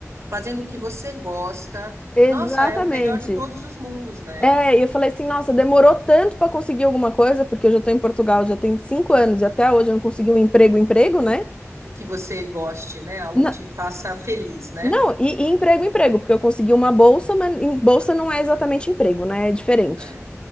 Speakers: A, on the right; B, on the left.
A: fazendo o que você gosta.
B: Exatamente.
A: Nossa, é o melhor de todos os mundos, né?
B: É, e eu falei assim, nossa, demorou tanto para conseguir alguma coisa, porque eu já tô em Portugal já tem cinco anos e até hoje eu não consegui um emprego, emprego, né?
A: O que você goste, né? Algo
B: Na-
A: que te faça feliz, né?
B: Não, e, e emprego, emprego, porque eu consegui uma bolsa, mas em- bolsa não é exatamente emprego, né? É diferente.
A: É,